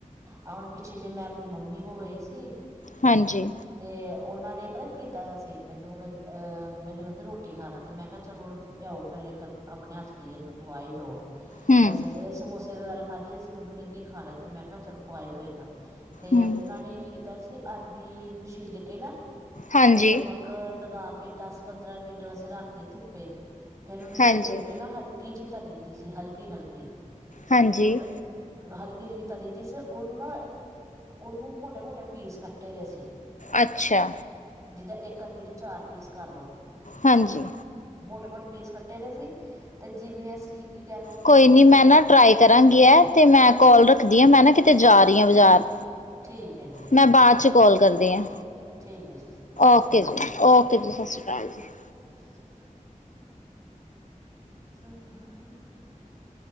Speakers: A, on the right; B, on the left.
A: ਆ ਹੁਣ ਪਿੱਛੇ ਜੇ ਮੈਂ ਆਪਣੀ ਮੰਮੀ ਕੋਲ ਗਈ ਸੀ।
B: ਹਾਂਜੀ।
A: ਤੇ ਉਹਨਾਂ ਨੇ ਪਤਾ ਕੀਤਾ ਸੀ ਮੈਨੂੰ ਕਹਿੰ ਐ ਮੈਨੂੰ ਕਹਿੰਦੇ ਰੋਟੀ ਖਾ ਲੈ ਅਤੇ ਮੈਂ ਕਿਹਾ ਚਲੋ। ਲਿਆਓ ਫਿਰ ਇੱਕ ਆਪਣੇ ਹੱਥ ਦੀ ਇੱਕ ਖਵਾਹੀ ਦਿਓ
B: ਹੂੰ
A: ਵੈਸੇ ਤਾਂ ਸਮੋਸੇ ਵਗੈਰਾ ਖਾਧੇ ਸੀ। ਮੰਮੀ ਕਹਿੰਦੀ ਖਾ ਲਾ ਤੇ ਮੈਂ ਕਿਹਾ ਚਲੋ ਖੁਵਾਈ ਦੋ ਇੱਕ ਤੇ
B: ਹੂੰ,
A: ਉਹਨਾਂ ਨੇ ਕੀ ਕੀਤਾ ਸੀ। ਅਰਬੀ ਨੂੰ ਛਿਲ ਕੇ ਨਾ
B: ਹਾਂਜੀ,
A: ਤੇ ਨਮਕ ਨਮਕ ਲਗਾ ਕੇ ਦਸ ਪੰਦਰਾਂ ਮਿੰਟ ਵਾਸਤੇ ਰੱਖਦੀ ਧੁੱਪੇ ਫੇਰ ਉਹਨੂੰ
B: ਹਾਂਜੀ,
A: ਧੋ ਕੇ ਨਾ ਹਲਕਾ ਹਲਕੀ ਜਿਹੀ ਤਲੀ ਜੀ ਸੀ ਹਲਕੀ ਹਲਕੀ
B: ਹਾਂਜੀ,
A: ਬਿਲਕੁਲ। ਹਲਕੀ ਹਲਕੀ ਤਲੀ ਦੀ ਸੀ ਉਹਨੂੰ ਨਾ ਉਹਨੂੰ ਮੋਟੇ ਮੋਟੇ ਪੀਸ ਕੱਟੇ ਦੇ ਸੀ।
B: ਅੱਛਾ।
A: ਜਿਦਾਂ ਇੱਕ ਅਰਬੀ ਦੇ ਚਾਰ ਪੀਸ ਕਰ ਲਉ।
B: ਹਾਂਜੀ।
A: ਮੋਟੇ ਮੋਟੇ ਪੀਸ ਕੱਟੇ ਦੇ ਸੀ ਤੇ ਜਿਵੇਂ ਅਸੀਂ ਕੀ ਕਹਿ ਲਓ ਉਹਨੂੰ
B: ਕੋਈ ਨਹੀਂ ਮੈਂ ਨਾ ਟਰਾਈ ਕਰਾਂਗੀ ਐ ਤੇ ਮੈਂ ਕੋਲ ਰੱਖਦੀ ਹਾਂ ਮੈਂ ਨਾ ਕਿਤੇ ਜਾ ਰਹੀ ਹਾਂ ਬਾਜ਼ਾਰ
A: ਠੀਕ ਹੈ ਜੀ ਠੀਕ
B: ਮੈਂ
A: ਹੈ
B: ਬਾਅਦ ਚ ਕੋਲ ਕਰਦੀ ਹਾਂ।
A: ਠੀਕ ਹੈ ਜੀ ਸਤਿ
B: ਓਕੇ
A: ਸ਼੍ਰੀ ਅਕਾਲ
B: ਜੀ, ਓਕੇ ਜੀ, ਸਤਿ ਸ਼੍ਰੀ ਅਕਾਲ ਜੀ।
A: <unintelligible> ਸ ਹ ਹ।